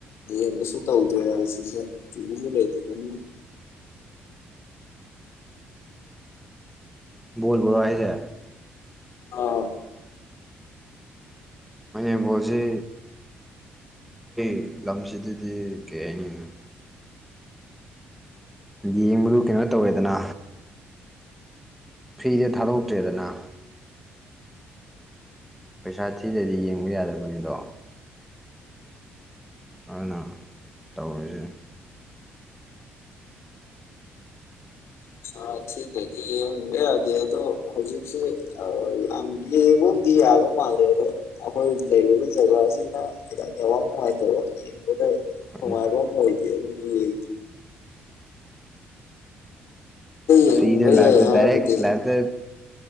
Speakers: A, on the left (about 65°); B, in the centre.
A: ꯌꯦꯡꯕꯁꯨ ꯇꯧꯗꯔꯦ ꯍꯧꯖꯤꯛꯁꯦ ꯇꯤ ꯕꯤꯁꯨ ꯂꯩꯇꯕꯅꯤꯅ
B: ꯕꯣꯜ ꯕꯨꯔꯣ ꯍꯥꯏꯁꯦ꯫
A: ꯑ꯫
B: ꯐꯨꯠꯕꯣꯜꯁꯤ ꯑꯩ ꯂꯝꯁꯤꯗꯗꯤ ꯀꯩ ꯍꯥꯏꯅꯤ꯫ ꯍꯥꯏꯗꯤ ꯌꯦꯡꯕꯗꯨ ꯀꯩꯅꯣ ꯇꯧꯋꯦꯗꯅ꯫ ꯐ꯭ꯔꯤꯗ ꯊꯥꯗꯣꯛꯇ꯭ꯔꯦꯗꯅ꯫ ꯄꯩꯁꯥ ꯊꯤꯗꯗꯤ ꯌꯦꯡꯕ ꯌꯥꯗꯕꯅꯤꯗꯣ꯫ ꯑꯗꯨꯅ ꯇꯧꯔꯤꯁꯦ꯫
A: <unintelligible> ꯄꯩꯁꯥ ꯊꯤꯗꯔꯗꯤ ꯌꯦꯡꯕ ꯌꯥꯗꯦ ꯑꯗꯣ ꯍꯧꯖꯤꯛꯁꯦ ꯌꯥꯝ ꯌꯦꯡꯕꯕꯨꯗꯤ ꯌꯥꯕ ꯄꯥꯝꯃꯦ ꯑꯗꯣ ꯑꯩꯈꯣꯏ ꯂꯩꯔꯤꯕ ꯖꯒꯁꯤꯅ ꯈꯤꯇꯪ ꯅꯦꯠꯋꯥꯛ ꯅꯨꯡꯉꯥꯏꯇꯕ <unintelligible>
B: ꯍꯣꯏꯅꯦ
A: ꯅꯨꯡꯉꯥꯏꯕ ꯑꯃ ꯑꯣꯏꯗꯦ ꯑꯗꯨꯅ ꯌꯦꯡꯗꯦ꯫ ꯌꯦꯡꯕ
B: ꯐ꯭ꯔꯤꯗ ꯂꯥꯛꯇ
A: ꯌꯥꯏ ꯍꯥꯏꯔꯕꯗꯤ
B: ꯗꯏꯔꯦꯛ ꯂꯥꯏ ꯑꯗ